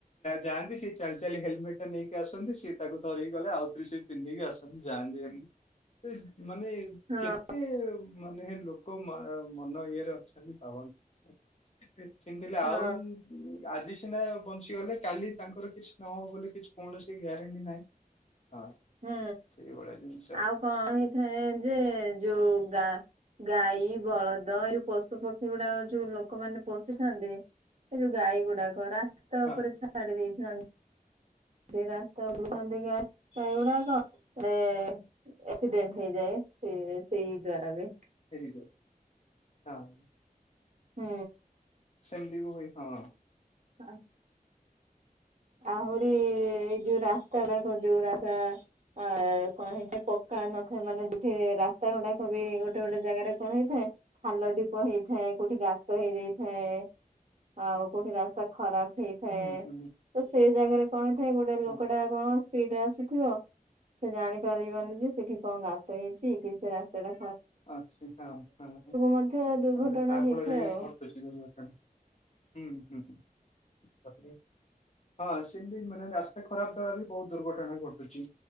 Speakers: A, on the left (about 50°); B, on the right (about 55°).
A: ଯାଆନ୍ତି ସେ ଚାଲି ଚାଲି ହେଲମେଟ। ସେ ନେଇକି ଆସନ୍ତି ସିଏ ତାକୁ ଧରିକି ଗଲେ ଆଉଥରେ ସିଏ ପିନ୍ଧିକି ଆସନ୍ତି ଯାଆନ୍ତି ଏମତି। ସେ ମାନେ
B: ହଁ
A: କେତେ ମାନେ ଲୋକ ମା ମନ ଇଏରେ ଅଛା ବି ପାବନି ସେମିତି
B: ହଁ
A: ଆଉ ଆଜି ସିନା ବଞ୍ଚିଗଲେ କାଲି ତାଙ୍କର କିଛି ନହବ ବୋଲି କିଛି କୌଣସି ଗ୍ୟାରେଣ୍ଟି ନାହିଁ। ହଁ
B: ହୁଁ
A: ସେଇଭଳିଆ ଜିନିଷ
B: ଆଉ କଣ ହେଇଥାଏ ଯେ ଯୋଉ ଗାଈ ବଳଦ ଏଇ ଯଉ ପଶୁ ପକ୍ଷୀ ଗୁଡା ଯୋଉ ଲୋକମାନୋନେ ପଶିଥାନ୍ତି ଏ ଯୋଉ ଗାଈ ଗୁଡାକ ରାସ୍ତା
A: ହଁ
B: ଉପରେ ଛାଡି ଦେଇଥାନ୍ତି ରାସ୍ତା ଦକ ଏଇଗୁଡା କଣଡେ ଆକ୍ସିଡେଣ୍ଟ ହେଇଯାଏ ସେ ସେଇ ଦ୍ଵାରା ବି।
A: ହଁ ହଁ।
B: ହୁଁ।
A: ସେମତିିବ ଭାଇ ହଁ।
B: ହଁ। ଆହୁରି ଏଇ ଯୋଉ ରାସ୍ତାଡାକ ଯୋଉ ରାସ୍ତା ଅ କଣ ହେଇଟ ପକା ନଥାଏ ମାନେ ଯଠି ରାସ୍ତା ଗୁଡାକ ବି ଗୋଟେ ଗୋଟେ ଜାଗାରେ କଣ ହେଇଥାଏ, ଖାଲ ଢପ ହେଇଥାଏ କୋଉଠି ଗାତ ହେଇଯାଇଥାଏ, ଆଉ କୋଉଠି ରାସ୍ତା ଖରାପ ହେଇଥାଏ
A: ହୁଁ ହୁଁ
B: ସେଇ ଜାଗାରେ କଣ ଥାଏ ଗୋଟେ ଲୋକଟା
A: ହଁ
B: କଣ ଡରେ ଆସୁଥିବ, ସେ ଜାଣିପାରିବନି ଯେ ସେଠି କଣ ଗାତ ହେଇଛି କି ସେ ରାସ୍ତାଟା
A: ଅଛି ହଁ ଆଲେ
B: ମଧ୍ୟ ଦୁର୍ଘଟଣା
A: ତା
B: ହେଇଥାଏ
A: ଫଳରେ ବି
B: ଆଉ।
A: ଘର ବେଶୀ ଦରଟଣି ହୁଁ ହୁଁ ହ। ହଁ ସେମିତି ମାନେ ରାସ୍ତା ଖରାପ ଦ୍ଵାରା ବି ବହୁତ ଦୁର୍ଘଟଣା ଘଟୁଛି